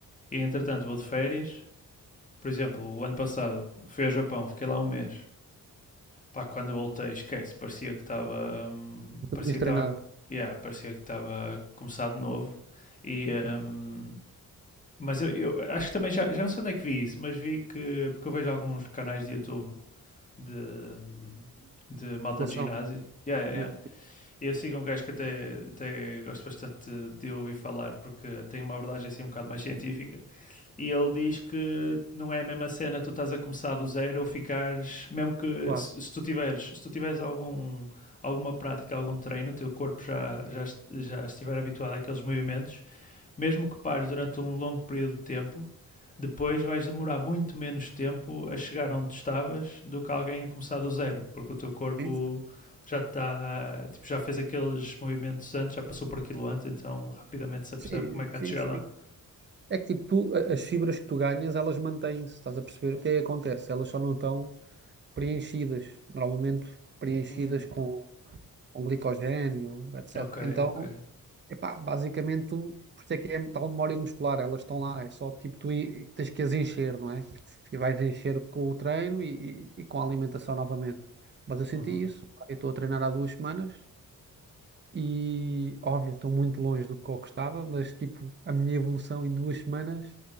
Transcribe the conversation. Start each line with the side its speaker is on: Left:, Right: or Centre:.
Left: e entretanto vou de férias. Por exemplo, o ano passado fui ao Japão, fiquei lá um mês. Pá, quando voltei, esquece, parecia que estava, hum,
Right: o que
Left: parecia
Right: tinhas treinado.
Left: que estava, yeah, parecia que estava a começar de novo. E, hum, mas eu, eu acho que também já, já não sei onde é que vi isso, mas vi que, porque eu vejo alguns canais de YouTube de, hum, de malta
Right: Relação.
Left: de ginásio. Yeah, yeah,
Right: Yeah.
Left: yeah. Eu sigo um gajo que até, até gosto bastante de ouvir falar, porque tem uma abordagem assim um bocado mais científica. E ele diz que não é a mesma cena tu estás a começar do zero ou ficares, mesmo que
Right: Claro.
Left: se tu tiveres, se tu tiveres algum, alguma prática, algum treino, o teu corpo já, já, já estiver habituado àqueles movimentos, mesmo que pares durante um longo período de tempo, depois vais demorar muito menos tempo a chegar onde estavas do que alguém a começar do zero, porque o teu corpo
Right: Sim,
Left: já está, tipo, já fez aqueles movimentos antes, já passou por aquilo antes, então rapidamente se apercebe
Right: sim,
Left: como é que há
Right: sim.
Left: de chegar
Right: sim.
Left: lá.
Right: É que tipo, tu, a- as fibras que tu ganhas, elas mantêm-se, estás a perceber? O que é que acontece? Elas só não estão preenchidas, normalmente preenchidas
Left: Hum,
Right: com, com glicogênio, etc.
Left: Ok,
Right: Então,
Left: ok.
Right: epá, basicamente, tu- por isso é que é tal memória muscular, elas estão lá, é só tipo tu en- tens que as encher, não é? E vais encher com o treino e, e- e com a alimentação novamente. Mas eu senti
Left: Uhum,
Right: isso, pá, eu estou a treinar há duas semanas. E, óbvio, estou muito longe do que eu gostava, mas, tipo, a minha evolução em duas semanas